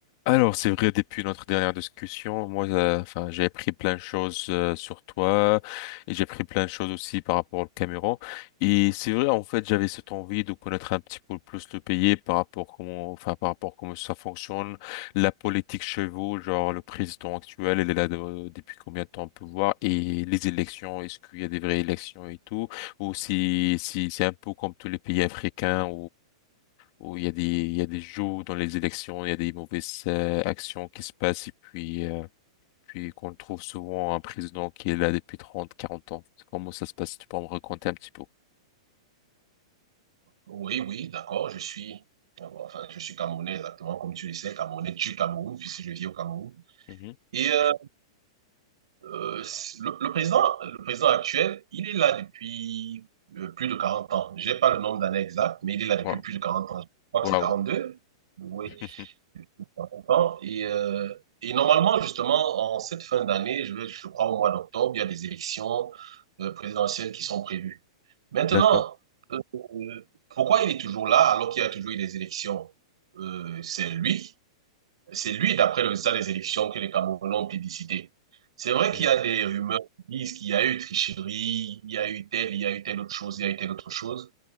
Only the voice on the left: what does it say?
Alors, c'est vrai, depuis notre dernière discussion, moi, euh, enfin, j'ai appris plein de choses euh, sur toi et j'ai appris plein de choses aussi par rapport au Cameroun. Et c'est vrai, en fait, j'avais cette envie de connaître un petit peu plus le pays par rapport comment, enfin, par rapport comment ça fonctionne, la politique chez vous, genre le président actuel, il est là de- depuis combien de temps on peut voir et les élections, est-ce qu'il y a des vraies élections et tout, ou si, si c'est un peu comme tous les pays africains où il y a des, il y a des jeux dans les élections, il y a des mauvaises euh, actions qui se passent et puis, euh, puis qu'on trouve souvent un président qui est là depuis trente quarante ans. Comment ça se passe? Tu peux me raconter un petit peu?
Mhm.
Wow.
Wow.
<laughs>
D'accord.
Mhm.